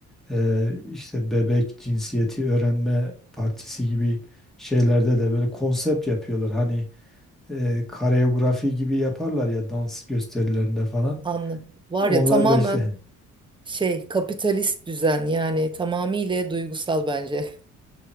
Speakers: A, in the centre; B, on the right.
A: eee, işte bebek cinsiyeti öğrenme partisi gibi şeylerde de böyle konsept yapıyorlar. Hani eee kareografi gibi yaparlar ya dans gösterilerinde falan.
B: Anladım. Var
A: Onlar
B: ya tamamen
A: da işte
B: şey kapitalist düzen yani tamamıyla duygusal bence.